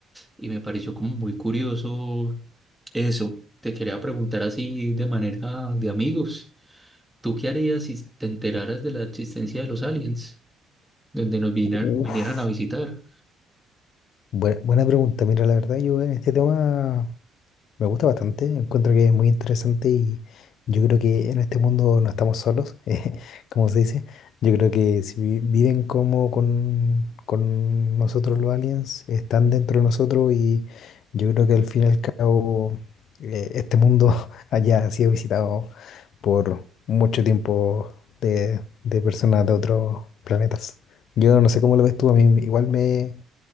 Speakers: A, in the centre; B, on the left.
A: Y me pareció como muy curioso eso. Te quería preguntar así de manera de amigos. ¿Tú qué harías si te enteraras de la existencia de los aliens, donde nos vinar-
B: Uf,
A: vinieran a visitar?
B: buena, buena pregunta. Mira, la verdad, yo en este tema me gusta bastante. Encuentro que es muy interesante y yo creo que en este mundo no estamos solos, <laughs> eh, como se dice. Yo creo que si vi- viven como con, con nosotros los aliens, están dentro de nosotros y yo creo que al fin y al cabo eh, este mundo <laughs> haya sido visitado por mucho tiempo de, de personas de otros planetas. Yo no sé cómo lo ves tú, a mí igual me,